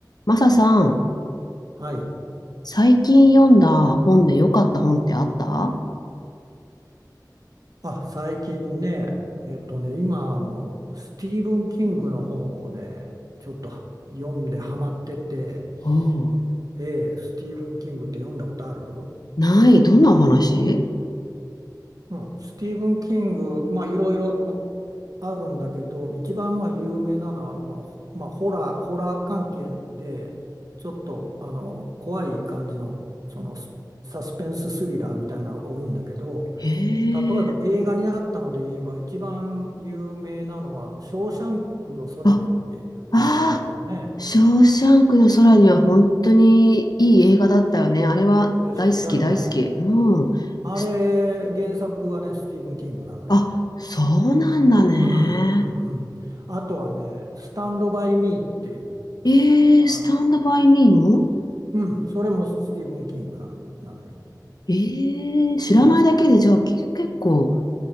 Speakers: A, on the left; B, on the right.
A: マサさん、
B: はい。
A: 最近読んだ本で良かった本ってあった
B: あ、最近ね、えっとね、今、あの、スティーブン・キングの本をね、ちょっとは読んでハマってて、
A: おう
B: ええ、スティーブン・キングって読んだことある
A: ない。どんなお話
B: うん、スティーブン・キング、まあ、いろいろ、まあ、あるんだけど、一番、まあ、有名なのは、あの、まあ、ほまあ、ホラー、ホラー関係で、ちょっと、あの、怖い感じの、その、スサスペンススリラーみたいなのが多いんだけど、
A: へ
B: 例えば映画になったので言えば、
A: え。
B: 一番有名なのは、あの、ショーシャンクの空にっていう映画があるよね。
A: あ、ああ、ショーシャンクの空には本当にいい映画だったよね。あれは大好き、
B: で、しだよね。
A: 大好き。うん。
B: あれ、
A: す
B: 原作はね、スティーブン・キングなのよ。
A: あ、そうなんだね。
B: うんうんうん。あとはね、スタンド・バイ・ミーっていう、
A: ええ、
B: あの、
A: スタンドバイミーも
B: うん、それもスティーブン・キングなのよなのよ。
A: ええ、知らないだけでじゃあき結構
B: うん。